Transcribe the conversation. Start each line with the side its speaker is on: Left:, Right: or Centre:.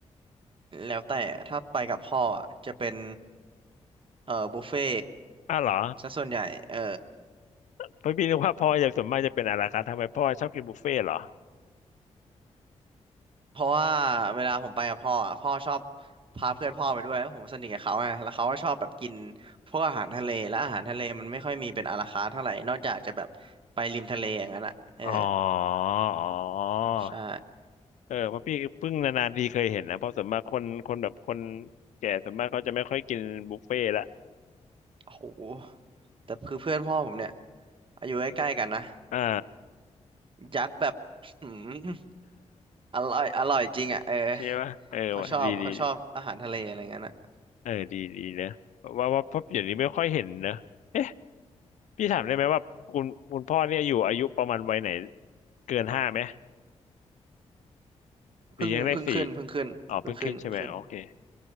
Right: แล้วแต่ถ้าไปกับพ่ออะจะเป็นเอ่อบุฟเฟ่
Left: อ้าวเหรอ
Right: ซะส่วนใหญ่เออ
Left: เพราะพี่นึกว่าพ่อจะส่วนมากจะเป็นอะไรคะทำไมพ่อชอบกินบุฟเฟ่ต์เหรอ
Right: เพราะว่าเวลาผมไปกับพ่ออะพ่อชอบพาเพื่อนพ่อไปด้วยแล้วผมสนิทกับเขาไงแล้วเขาก็ชอบแบบกินพวกอาหารทะเลแล้วอาหารทะเลมันไม่ค่อยมีเป็นอาราคาร์ทเท่าไหร่นอกจากจะแบบไปริมทะเลอย่างนั้นอ่ะเออ
Left: อ๋ออ๋อ
Right: ใช่
Left: เออเพราะพี่เพิ่งนานๆทีเคยเห็นนะเพราะส่วนมากคนคนแบบคนแก่ส่วนมากเขาจะไม่ค่อยกินบุฟเฟ่ต์ละ
Right: โอ้โหแต่คือเพื่อนพ่อผมเนี่ยอายุใกล้ๆกันนะ
Left: อ่า
Right: ยัดแบบ <laughs> หืมอร่อยอร่อยจริงอ่ะเออ
Left: <laughs> ใช่ปะเออว่ะดีดีดี
Right: เขาชอบเขาชอบอาหารทะเลอะไรเงี้ยน่ะ
Left: เออดีดีเนอะว่าว่าเพราะเดี๋ยวนี้ไม่ค่อยเห็นเนอะเอ๊ะพี่ถามได้ไหมว่าคุณคุณพ่อเนี่ยอยู่อายุประมาณวัยไหนเกินห้าไหมหรือยังเลขสี่
Right: เพิ่งเพิ่งขึ้นเพิ่งขึ้นเพิ่งขึ้นเพิ่งขึ้น
Left: อ๋อเพิ่งขึ้นใช่ไหมโอเค